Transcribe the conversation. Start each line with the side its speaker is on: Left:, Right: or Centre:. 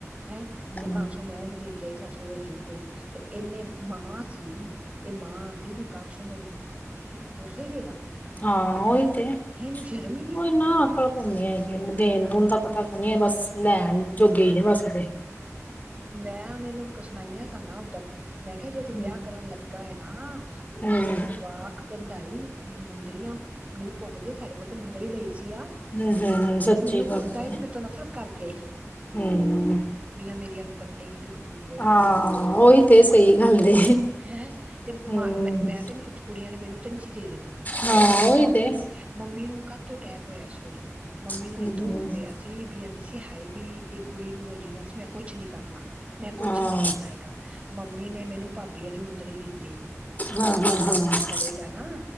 Right: ਹੈਂ ਤੇ
Left: ਹਾਂ
Right: ਪੰਜ ਸੌ ਮੈਂ ਇਹਨੂੰ ਦੇ ਕੇ ਆਈ ਸੱਤ ਸੌ ਰੋਜੀ ਦੀ ਕੁੜੀਨੂੰ ਤੇ ਇਨੇ ਮਾਂ ਸੀ ਇਹ ਮਾਂ ਆਉਂਦੀ ਵੀ ਪੰਜ ਸੌ ਮੇਰੀ ਧੀ ਦੇ ਆਦੀ ਮੈਨੂੰ ਦੋ ਸੌ ਈ ਦੇ ਦਾ
Left: ਹਾਂ ਉਹੀ ਤੇ
Right: ਇਹਨੂੰ ਸ਼ਰਮ ਹੀ ਨਹੀਂ
Left: ਕੋਈ
Right: ਆਉਂਦੀ
Left: ਨਾ
Right: ਹੈਗੀ
Left: ਅਕਲ ਕੋਣ ਹੈਗੀ ਇਹਨੂੰ ਦੇਣ ਦਣ ਦਾ ਪਤਾ ਕੁ ਹੈ ਬਸ ਲੈਣ ਜੋਗੇ ਹੀ ਨੇ ਬਸਦੇ
Right: ਮੈਂ ਉਹਨੇ ਨੂੰ ਸੁਣਾਈਆਂ ਸਾ ਉੱਦਣ, ਮੈਂ ਕਿਹਾ ਜੇ ਤੂੰ
Left: ਹਮ
Right: ਵਿਆਹ ਕਰਨ ਲੱਗਾ ਨਾ ਕੁੜੀਆਂ
Left: ਹਮ
Right: ਨੂੰ ਵਾਹਕ ਕੰਧਾਈ ਮੁੰਦਰੀਆਂ ਨ ਭੁਗਦੀ ਸਾਡੇ ਕੋਲ ਤਾਂ ਮੁੰਦਰੀ ਲਈ ਸੀ ਆ
Left: ਹਮ ਹਮ ਸੱਚੀ
Right: ਇਹ ਮੈਨੂੰ
Left: ਗੱਲ
Right: ਤਾਂ ਹੀ
Left: ਏ
Right: ਕਿ ਮੇਰੇ ਤੋਂ ਨਫ਼ਰਤ ਕਰਕੇ ਆਈ
Left: ਹਮ
Right: ਮੇਰੀਆਂ ਨੂੰ ਪੱਟੇਗੀ ਵੀ ਮੰਗੋ ਤੁਸੀਂ,
Left: ਹਾਂ ਉਹੀ ਤੇ ਸਹੀ ਗੱਲ ਏ
Right: ਹੈਂ ਤੇ ਮ
Left: ਹਮ
Right: ਮੈਂ ਮੈਂ ਤੇ ਕੁੜੀਆਂ ਨੇ ਮੈਨੂੰ ਤੇ ਨਹੀਂ ਸੀ ਦੇ ਦੇਣਾ, ਅਸੀਂ
Left: ਹਾਂ ਉਹੀ
Right: ਮੰਮੀ
Left: ਤੇ
Right: ਮੰਮੀ ਨੂੰ ਕਦ ਤੋਂ ਅਟੈਕ ਹੋਇਆ ਸੀ ਉਦੋਂ ਮੰਮੀ
Left: ਹਮ
Right: ਨੂੰ ਏਦੋਂ
Left: ਹਮ
Right: ਹੋਇਆ ਸੀ ਵੀ ਆਂਦੀ ਸੀ ਹਾਏ ਵੀ ਇਹ ਕੁੜੀ ਨੂੰ ਰੋਜ਼ ਨਾਲ ਸੀ ਮੈਂ ਕੁਛ ਨੀ ਕਰਨਾ, ਮੈਂ ਕੁਛ
Left: ਹਾਂ
Right: ਨੀ ਕਰਨਾ ਹੈਗਾ ਮੰਮੀ ਨੇ ਮੈਨੂੰ ਭਾਬੀ ਵਾਲੀ ਮੁੰਦਰੀ ਦਿੱਤੀ ਨਵਾਂ
Left: ਹਾਂ ਹਾਂ ਹਾਂ
Right: ਕੁਛ ਕਰੇਗਾ ਨਾ